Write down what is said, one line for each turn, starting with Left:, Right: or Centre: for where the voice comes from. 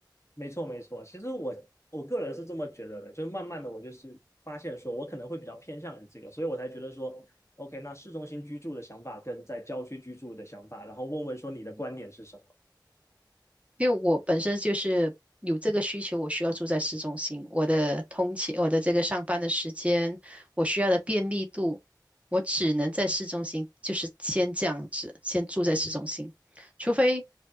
Left: 没错没错。其实我我个人是这么觉得的，就是慢慢的我就是发现说我可能会比较偏向于这个，所以我才觉得说。OK，那市中心居住的想法跟在郊区居住的想法，然后问问说你的观点是什么？
Right: 因为我本身就是有这个需求，我需要住在市中心，我的通勤，我的这个上班的时间，我需要的便利度，我只能在市中心，就是先这样子，先住在市中心，除非